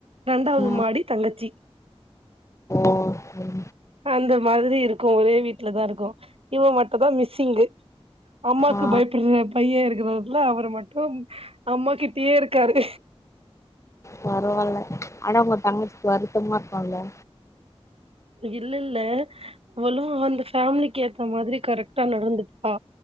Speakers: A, on the right; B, on the left.
A: ரெண்டாவ்து
B: ஆ
A: மாடி தங்கச்சி
B: ஓ ம்
A: அந்த மாதிரி இருக்கோ ஒரே வீட்ல தா இருக்கோ இவ மட்டுதா மிஸ்ஸிங்கு அம்மாக்கு
B: ஆ
A: பயப்புறப் பையே இருக்கிறதுல அவரு மட்டும் அம்மா கிட்டியே இருக்காரு
B: பரவால்ல ஆனா அவ்ங்க தங்கச்சிக்கு வருத்தமா இருக்குல்ல
A: இல்ல இல்ல அவளு அந்த ஃபேமிலிக்கு ஏத்த மாதிரி கரெக்ட்டா நடந்துப்பா